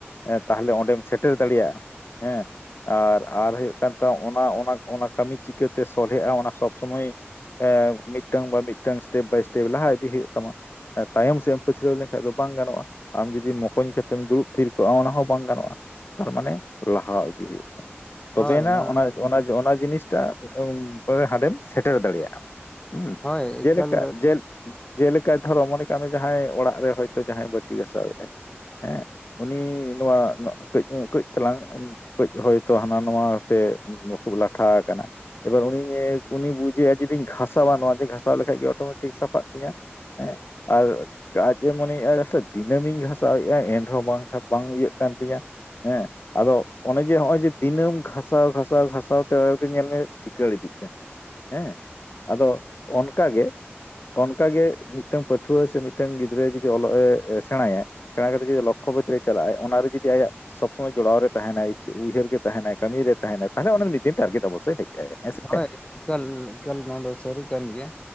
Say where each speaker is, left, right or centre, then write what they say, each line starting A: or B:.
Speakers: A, on the left; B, on the left.
A: ᱮᱸ ᱛᱟᱦᱚᱞᱮ ᱚᱸᱰᱮᱢ ᱥᱮᱴᱮᱨ ᱫᱟᱲᱮᱭᱟᱜᱼᱟ ᱦᱮᱸ ᱟᱨ ᱟᱨ ᱦᱩᱭᱩᱜ ᱠᱟᱱ ᱛᱟᱢ ᱚᱱᱟ ᱚᱱᱟ ᱚᱱᱟ ᱠᱟᱹᱢᱤ ᱪᱤᱠᱟᱹᱛᱮ ᱥᱚᱞᱦᱮᱜᱼᱟ ᱚᱱᱟ ᱥᱚᱵ ᱥᱚᱢᱚᱭ ᱮᱻ ᱢᱤᱫᱴᱟᱝ ᱵᱟ ᱢᱤᱫᱴᱟᱝ ᱥᱴᱮᱯ ᱵᱟᱭ ᱥᱴᱮᱯ ᱞᱟᱦᱟ ᱤᱫᱤ ᱦᱩᱭᱩᱜ ᱛᱟᱢᱟ ᱮ ᱛᱟᱭᱚᱢ ᱥᱮᱜ ᱮᱢ ᱯᱟᱹᱪᱷᱟ. ᱞᱟᱣ ᱞᱮᱠᱷᱟᱡ ᱫᱚ ᱵᱟᱝ ᱜᱟᱱᱚᱜᱼᱟ ᱟᱢ ᱡᱩᱫᱤ ᱢᱚᱠᱚᱧ ᱠᱟᱛᱮᱢ ᱫᱩᱲᱩᱵ ᱛᱷᱤᱨ ᱠᱚᱜᱼᱟ ᱚᱱᱟ ᱦᱚᱸ ᱵᱟᱝ ᱜᱟᱱᱚᱜᱼᱟ ᱛᱟᱨᱢᱟᱱᱮ ᱞᱟᱦᱟᱣ ᱤᱫᱤ ᱦᱤᱭᱩᱜ ᱛᱚᱵᱮᱭᱱᱟᱜ
B: ᱦᱳᱭ ᱱᱚᱣᱟ
A: ᱚᱱᱟ ᱚᱱᱟ ᱚᱱᱟ ᱡᱤᱱᱤᱥᱴᱟᱜ ᱦᱟᱸᱰᱮᱢ ᱥᱮᱴᱮᱨ ᱫᱟᱲᱮᱭᱟᱜᱼᱟ ᱦᱩᱸ
B: ᱦᱳᱭ ᱮᱠᱟᱞ
A: ᱡᱮᱞᱮᱠᱟ ᱡᱮᱞ ᱡᱮᱞᱮᱠᱟ ᱫᱷᱚᱨᱚ ᱢᱚᱱᱮ ᱠᱟᱜ ᱢᱮ ᱡᱟᱦᱟᱸᱭ ᱚᱲᱟᱜ ᱨᱮ ᱦᱚᱭᱛᱳ ᱡᱟᱦᱟᱸᱭ ᱵᱟᱹᱴᱤ ᱜᱟᱥᱟᱣ ᱮᱫᱟᱭ ᱮᱸᱜ ᱩᱱᱤ ᱱᱚᱣᱟ ᱱᱚᱜ ᱠᱟᱹᱡ ᱠᱟᱹᱡ ᱪᱟᱞᱟᱝ ᱦᱳᱭᱛᱚ ᱦᱟᱱᱟ ᱱᱟᱣᱟ ᱛᱮ ᱠᱷᱩᱵ ᱞᱟᱴᱷᱟᱣ ᱟᱠᱟᱱᱟ ᱮᱵᱟᱨ ᱩᱱᱤᱧᱮ ᱩᱱᱤᱭ ᱵᱩᱡᱮᱭᱟ ᱡᱩᱫᱤᱧ ᱜᱷᱟᱥᱟᱣᱟ ᱱᱚᱣᱟ ᱫᱚᱧ ᱜᱷᱟᱥᱟᱣ ᱞᱮᱠᱷᱟᱡ ᱜᱮ ᱚᱴᱳᱢᱮᱴᱤᱠ ᱥᱟᱯᱷᱟᱜ ᱛᱤᱧᱟᱹ ᱦᱮᱸ ᱟᱨ ᱟᱡᱽ ᱮ ᱢᱚᱱᱮᱭᱼᱟ ᱥᱮ ᱫᱤᱱᱟᱹᱢᱤᱧ ᱜᱷᱟᱥᱟᱣᱮᱜᱼᱟ ᱮᱱ ᱨᱮᱦᱚᱸ ᱵᱟᱝ ᱠᱷᱟᱯ ᱯᱟᱝ ᱤᱭᱟᱹᱜ ᱠᱟᱱ ᱛᱤᱧᱟᱹ ᱦᱮᱸ ᱟᱫᱚ ᱚᱱᱮ ᱡᱮ ᱱᱚᱜᱼᱚᱭ ᱡᱮ ᱫᱤᱱᱟᱹᱢ ᱜᱷᱟᱥᱟᱣ ᱜᱷᱟᱥᱟᱣ ᱜᱷᱟᱥᱟᱣ ᱛᱮ <unintelligible> ᱧᱮᱞ ᱢᱮ ᱪᱤᱠᱟ. ᱲ ᱤᱫᱤᱜ ᱠᱟᱱᱟ ᱦᱮᱸ ᱟᱫᱚ ᱚᱱᱠᱟᱜ ᱜᱮ ᱚᱱᱠᱟᱜ ᱜᱮ ᱢᱤᱫᱴᱟᱝ ᱯᱟᱹᱴᱷᱩᱣᱟᱹ ᱥᱮ ᱢᱤᱫᱴᱟᱝ ᱜᱤᱫᱽᱨᱟᱹ ᱡᱩᱫᱤ ᱚᱞᱚᱜ ᱮ ᱥᱮᱬᱟᱭᱟᱭ ᱥᱮᱬᱟ ᱠᱟᱛᱮ ᱡᱩᱫᱤ ᱞᱚᱠᱠᱷᱚ ᱵᱚᱛᱤᱨᱮ ᱪᱟᱞᱟᱜᱼᱟᱭ ᱚᱱᱟᱨᱮ ᱡᱩᱫᱤ ᱟᱭᱟᱜ ᱥᱚᱵᱽᱥᱚᱢᱚᱭ ᱡᱚᱲᱟᱣ ᱨᱮ ᱛᱟᱦᱮᱱᱟᱭ ᱩᱭᱦᱟᱹᱨ ᱜᱮ ᱛᱟᱦᱮᱱᱟᱭ ᱠᱟᱹᱢᱤ ᱨᱮ ᱛᱟᱦᱮᱱᱟ ᱛᱟᱦᱚᱞᱮ ᱚᱱᱟ ᱫᱚ ᱢᱤᱫ ᱫᱤᱱ ᱴᱟᱨᱜᱮᱴ ᱚᱵᱚᱥᱥᱚᱭ ᱦᱮᱡ ᱟᱭᱟ ᱦᱮᱸ ᱥᱮ
B: <inaudible> ᱮᱠᱟᱞ ᱮᱠᱟᱞ ᱱᱚᱣᱟ ᱫᱚ ᱥᱟᱹᱨᱤ ᱠᱟᱱ ᱜᱮᱭᱟ